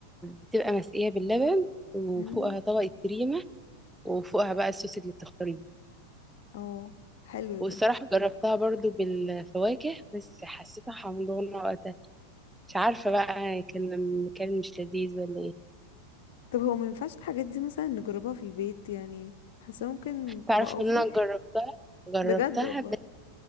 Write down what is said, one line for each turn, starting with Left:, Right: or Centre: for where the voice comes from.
Centre: بتبقى مسقيه باللبن وفوقها
Left: امم
Centre: طبقه كريمه وفوقها بقى الصوص اللي بتختاريه
Left: اه حلوة
Centre: والصراحه
Left: دي
Centre: جربتها برضو بالفواكه بس حسيتها حمضانه وقتها مش عارفه بقى كان كان مش لذيذ ولا ايه
Left: طب هو ما ينفعش الحاجات دي مثلا نجربها في البيت يعني حاسة ممكن
Centre: تعرف
Left: تبقى اوفر
Centre: ان انا جربتها جربتها
Left: بجد والله
Centre: بس